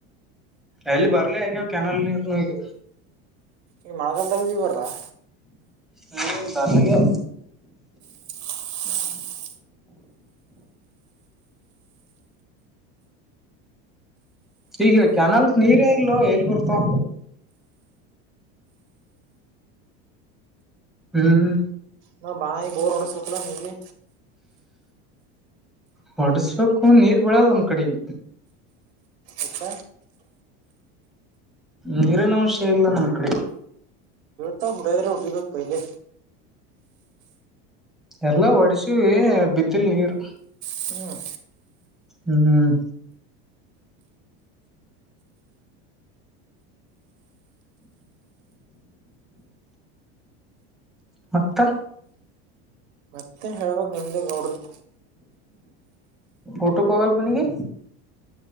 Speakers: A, in the centre; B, on the right (about 85°).
A: ಎಲ್ಲೆ ಬರ್ಲ ಆಗ್ಯಾವ ಕೆನಾಲ್ ನೀರ್ನು ಈಗ
B: ಈ ಮಳೆಗಾಲದಾಗಬೀ ಬರ್ರಾಲಾ
A: ಹ ಬರಲ ಆಗ್ಯಾವ
B: <inaudible>
A: ಈಗ ಕೆನಾಲ್ ನೀರೇ ಇಲೋ ಎಲ್ಲಿ ಬರ್ತಾವ ಹ್ಮ್
B: ನ ಭಾಯಿ, ಬೋರ್ ಹೊಡೆಸ ಬೇಕಲ್ಲ ನೀ
A: ಹೊಡ್ಸ್ ಬೇಕು ನೀರ್ ಬಿಳಲ್ಲ ನಮ್ ಕಡಿಗಿ
B: ಎಕ್
A: ನೀರನ ಅಂಶಯ ಇಲ್ಲ ನಮ್ಮ್ ಕಡಿ
B: ತ್ತ ಹೊಡೆದ್ರೆ ಹೋಡಿಬೇಕ್ ಪಹಿಲೇ
A: ಎಲ್ಲಾ ಹೋಡಿಸಿವಿ ಬಿದ್ದಲ್ ನೀರ
B: ಹ್ಮ್
A: ಹ್ಮ್ ಹ್ಮ್ ಮತ್ತ
B: ಮತ್ತೇ ಎನ್ ಹೇಳ್ಬೇಕು ನಿಮ್ಮದೇ ಗೌಡ್ರದ
A: ಊಟಕ್ ಹೋಗಲ್ಲ ಮನೆಗೆ